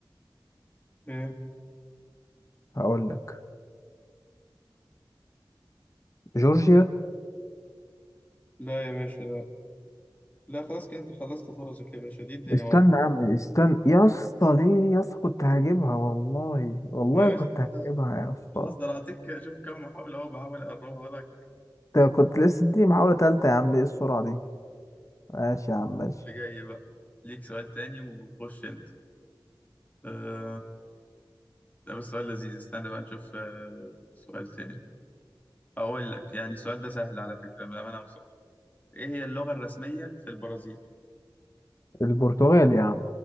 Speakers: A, on the left; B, on the left.
A: ايه؟ ايه
B: هقول لك جورجيا
A: لا يا باشا لا لا خلاص كده انت خلصت فرصك يا باشا دي الدنيا
B: استنى
A: ورق
B: يا عم استنى يا اسطى دي يا اسطى كنت هجيبها والله والله
A: ما يا باشا
B: كنت
A: انت
B: هجيبها يا اسطى
A: خلاص ده انا هعطيك شوف كم محاوله اهو بحاول اقربها لك
B: أنت كنت لسه دي محاولة تالتة يا عم ايه السرعة دي ماشي يا عم ماشي
A: اللي جاي بقى ليك سؤال تاني وخش انت آه ده بس سؤال لذيذ استنى بقى نشوف آه سؤال تاني أقول لك يعني السؤال ده سهل على فكرة بأمانة مصر إيه هي اللغة الرسمية في البرازيل؟
B: البرتغال يا عم